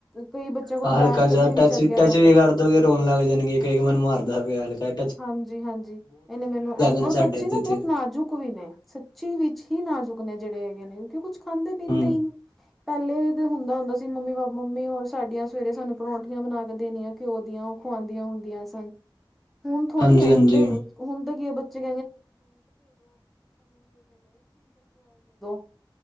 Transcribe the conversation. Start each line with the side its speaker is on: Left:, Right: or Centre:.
Centre: ਕਈ ਬੱਚਿਆਂ ਕੋਲ
Left: ਹਲਕਾ
Centre: ਬੈਗ
Left: ਜਿਹਾ
Centre: ਤੱਕ ਵੀ
Left: ਟੱਚ
Centre: ਨੀਂ ਚੱਕਿਆ
Left: ਟੱਚ
Centre: ਜਾਂਦਾ।
Left: <inaudible> ਰੋਣ ਲੱਗ ਜਾਣਗੇ ਕਹਿਗੇ ਮੈਨੂੰ ਮਾਰਦਾ ਪਿਆ, ਹਲੇ ਕਹਿ
Centre: ਹਾਂਜੀ-ਹਾਂਜੀ, ਇਹਨੇ ਮੈਨੂੰ ਐ, ਔਰ
Left: ਨੇ ਸਾਡੇ
Centre: ਬੱਚੇ
Left: ਇੱਥੇ
Centre: ਨਾ ਬਹੁਤ
Left: ਤੇ
Centre: ਨਾਜੁਕ ਵੀ ਨੇ, ਸੱ ਚੀ ਵਿੱਚ ਹੀ ਨਾਜੁਕ ਨੇ ਜਿਹੜੇ ਹੈਗੇ ਨੇ, ਕਿਉਂਕਿ ਕੁਛ ਖਾਂਦੇ-ਪੀਂਦੇ
Left: ਹਮ
Centre: ਹੀ ਨੀਂ। ਪਹਿਲੇ ਤੇ ਹੁੰਦਾ ਹੁੰਦਾ ਸੀ, ਮੰਮੀ ਬਾ, ਮੰਮੀ ਔਰ ਸਾਡੀਆਂ ਸਵੇਰੇ ਸਾਨੂੰ ਪਰੌਂਠੀਆਂ ਬਣਾਕੇ ਦੇਣੀਆਂ ਘਿਓ ਦੀਆਂ, ਉਹ ਖੁਵਾਉਂਦੀਆਂ ਹੁੰਦੀਆਂ ਸਨ, ਹੁਣ ਥੋੜੀ
Left: ਹਾਂਜੀ
Centre: ਹੈ ਹੁਣ
Left: ਹਾਂਜੀ
Centre: ਤੇ ਹੁਣ ਤਾਂ ਕੀ ਹੈ ਬੱਚੇ <inaudible>